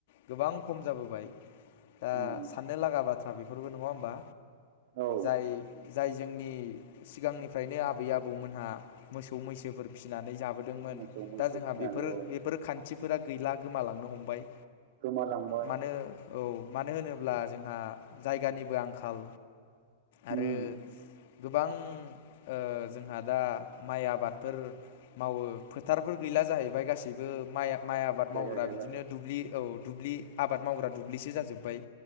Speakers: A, on the left (about 60°); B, on the right (about 55°).
A: गोबां खम जाबोबाय दा
B: उम
A: ओ साननो लागा बाथ्रा बेफोरबो नङा होमबा
B: औ
A: जाय जाय जोंनि सिगांनिफ्रायनो आबै आबौमोनहा मोसौ मैसोफोर फिसिनानै जा बोदोंमोन
B: मोसौ मैसो
A: दा जोंहा
B: फिनानै
A: बेफोर
B: औ
A: बेफोर खान्थिफोरा गैला गोमालांनो हमबाय।
B: गोमालांबाय।
A: मानो औ मानो होनोब्ला जोंहा जायगानिबो आंखाल आरो
B: उम
A: गोबां ओ जोंहा दा माइ आबादफोर मावो फोथारफोर गैला जाहैबाय गासैबो माइ माइ आबाद
B: जायगा
A: मावग्रा
B: गैला
A: बिदिनो दुब्लि औ दुब्लि आबाद मावग्रा दुब्लिसो जाजोब्बाय।